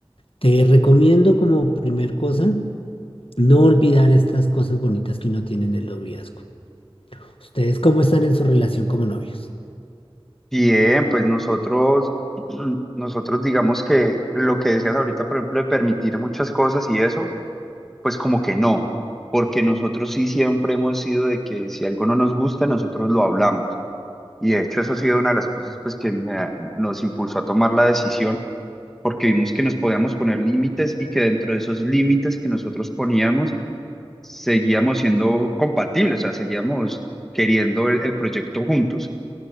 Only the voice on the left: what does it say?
Te recomiendo como primer cosa no olvidar estas cosas bonitas que uno tiene en el noviazgo. ¿Ustedes cómo están en su relación como novios?